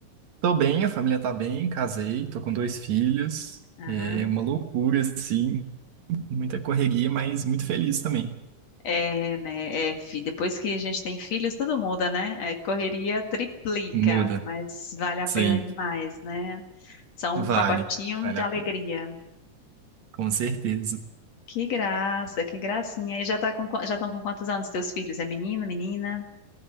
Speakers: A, on the right; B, on the left.
A: Tô bem, a família tá bem, casei, tô com dois filhos.
B: Ah,
A: É uma loucura, assim, muita correria, mas muito feliz também.
B: é, né? É, fi- depois que a gente tem filhos, tudo muda, né? É, correria triplica,
A: Muda.
B: mas vale a
A: Sim,
B: pena demais, né? São
A: vale.
B: um pacotinho
A: Vale
B: de
A: a
B: alegria.
A: pena. Com certeza.
B: Que graça, que gracinha. E já tá com, qua- já estão com quantos anos teus filhos? É menino, menina?